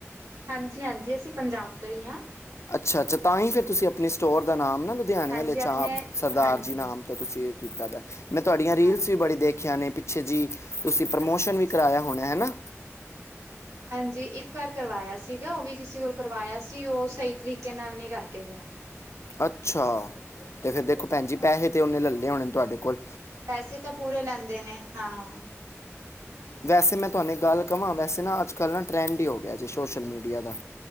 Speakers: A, on the right; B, on the left.
A: ਹਾਂਜੀ-ਹਾਂਜੀ ਅਸੀਂ ਪੰਜਾਬ ਤੋਂ ਈ ਆ।
B: ਅੱਛਾ ਅੱਛਾ ਤਾਂ ਹੀ ਫੇਰ ਤੁਸੀਂ ਆਪਣੇ ਸਟੋਰ ਦਾ ਨਾਮ ਨਾ ਲੁਧਿਆਣੇ
A: ਹਾਂਜੀ
B: ਆਲੇ ਚਾਂਪ
A: ਆਪਣੇ
B: ਸਰਦਾਰ
A: ਹਾਂਜੀ
B: ਜੀ ਨਾਮ ਤੋਂ ਤੁਸੀਂ ਕੀਤਾ ਦਾ ਮੈਂ ਤੁਹਾਡੀਆਂ ਰੀਲਸ
A: ਹਾਂਜੀ
B: ਵੀ ਬੜੀ ਦੇਖੀਆਂ ਨੇ। ਪਿੱਛੇ ਜੀ ਤੁਸੀਂ ਪ੍ਰਮੋਸ਼ਨ
A: ਅੱਛਾ ਅੱਛਾ
B: ਵੀ ਕਰਵਾਆ ਹੋਣਾ ਐ ਹਨਾ।
A: ਹਾਂਜੀ ਇੱਕ ਵਾਰ ਕਰਵਾਇਆ ਸੀਗਾ ਉਹ ਵੀ ਕਿਸੇ ਕੋਲ ਕਰਵਾਇਆ ਸੀ ਉਹ ਸਹੀ ਤਰੀਕੇ ਨਾਲ ਨੀ ਕਰਕੇ ਗਿਆ।
B: ਅੱਛਾ, ਤੇ ਫਿਰ ਦੇਖੋ ਭੈਣ ਜੀ ਪੈਸੇ ਤਾਂ ਉਹਨੇ ਲੱਲੇ ਹੋਣੇ ਨੇ ਤੁਹਾਡੇ ਕੋਲੋ।
A: ਪੈਸੇ ਤਾਂ ਪੂਰੇ ਲੈਂਦੇ ਨੇ ਹਾਂ।
B: ਵੈਸੇ ਮੈਂ ਤੁਹਾਨੂੰ ਇਕ ਗੱਲ ਕਵਾ ਵੈਸੇ ਨਾ ਅੱਜ-ਕੱਲ੍ਹ ਨਾ ਟਰੈਂਡ ਹੀ ਹੋ ਗਿਆ ਜੀ ਸੋਸ਼ਲ ਮੀਡੀਆ ਦਾ।